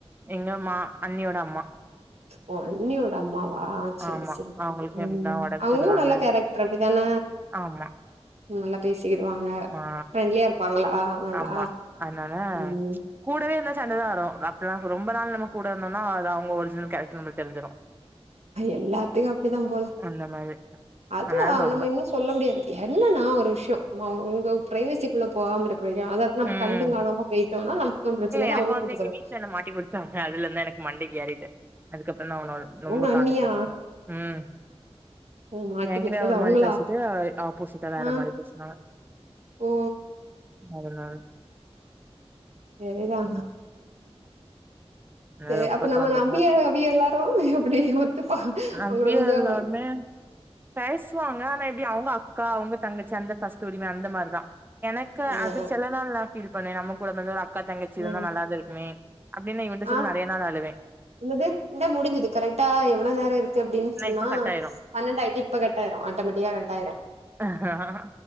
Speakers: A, on the right; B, on the right.
A: எங்கம்மா அண்ணியோட அம்மா
B: ஓ அண்ணியோட அம்மாவா செரி
A: ஆமா
B: செரி போ
A: அவங்களுக்கு எப்டினா
B: ம்
A: ஒடம்பு
B: அவுங்களு
A: சரியில்லாம
B: நல்ல கேரக்டர் அப்டித்தான
A: ஆமா
B: நல்லா பேசிகிடுவாங்க
A: ஆ
B: ஃபிரண்ட்லியா இருப்பாங்களா நல்லா
A: ஆமா அதனால
B: ம்
A: கூடவே இருந்தா சண்ட தா வரு அப்பலாம் ரொம்ப நாள் நம்ம கூட இருந்தோனா அது அவுங்க ஒரிஜினல் கேரக்டர் நம்மளுக்கு தெரிஞ்சிரு
B: எல்லாத்துக்கு அப்டித்தா போல
A: அந்த மாதிரி
B: அது
A: அதனால
B: அ
A: ரொம்ப
B: நம்ம என்ன சொ சொல்ல முடியாது என்னனா ஒரு விஷ்யோ நம்ம அவுங் அவுங்க பிரைவேசிக்குள்ள போகாம இருக்க வேண்டியதா அதாவ நம்ம
A: ம்
B: கண்டு காணாம போயிட்டோனா நமக்கும் ப்ரெச்சன இல்ல
A: எனக்கு
B: அவங்களு
A: வந்து
B: ப்ரெச்சன
A: எங்க வீட்ல மாட்டி கொட் டாங்க அதுல இருந்துதா எனக்கு மண்டைக்கு ஏறது அதுக்கப்பறோ நா அவனோ நொம்ப
B: உங்க அண்ணியா
A: காண்டித்து சுமா உம்
B: ஓ மாட்டி
A: எங்கட்ட
B: குடுத்தது
A: ஒரு
B: அவங்களா
A: மாரி பேசிட்டு அ ஆப்போசிட்டா வேற
B: ஆ
A: மாரி பேசினாங்க
B: ஓ
A: அதனால
B: எரிதா
A: ஆஹ
B: து
A: ரொம்ப
B: அப்ப நம்ம
A: காண்டாக்ட்
B: நம்பிய
A: தா
B: அவிக எல்லாரு அப்டி ஒத்துப்பா
A: நவ்யா
B: அவுங்களோட கொஞ்சோ
A: எல்லாருமே
B: கோய்
A: பேசுவாங்க ஆனா இப்டி அவுங்க அக்கா அவுங்க தங்கச்சி அந்த ஃபஸ்ட்டு உரிம அந்த மாரிதா எனக்கு
B: ம்
A: அது செல நாள் நா ஃபீல் பண்ணே நம்ம கூட வந்து ஒரு அக்கா தங்கச்சி
B: ம்.
A: இருந்த நல்லாதே ஏன் அப்டின்னு இவன்ட சொல்லி
B: ஆ
A: நெறைய நாள் அழுவே
B: என்னது இந்தா முடிஞ்சுது கரெக்டா எவ்ளோ நேரோ இருக்கு அப்டினு
A: ஆனா
B: சொன்னா
A: இப்ப கட்
B: பன்னெண்ட ஆயிட்டு இப்ப கட்டாயிரு ஆட்டோமெட்டிக்கா கட்டாயிரு
A: ஆயிரு